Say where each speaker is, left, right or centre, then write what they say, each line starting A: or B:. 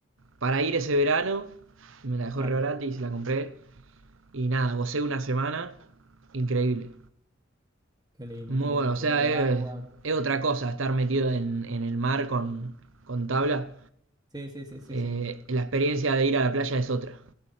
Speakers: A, on the right; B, on the right.
A: para ir ese verano. Me la dejó
B: claro.
A: re barata y se la compré. Y nada, gocé una semana. Increíble.
B: Qué lindo,
A: Muy
B: qué lindo.
A: bueno,
B: Disfrutar
A: o sea,
B: del
A: es,
B: agua.
A: es otra cosa estar metido en, en el mar con, con tabla.
B: Sí, sí, sí, sí,
A: Eh,
B: sí.
A: la experiencia de ir a la playa es otra.